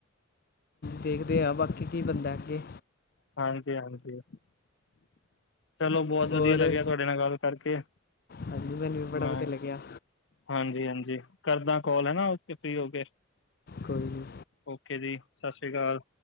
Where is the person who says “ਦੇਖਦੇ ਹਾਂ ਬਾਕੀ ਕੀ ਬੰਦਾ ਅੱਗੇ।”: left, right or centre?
Left